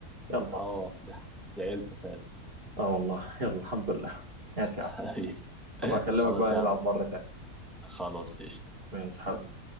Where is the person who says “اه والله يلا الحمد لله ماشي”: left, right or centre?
Right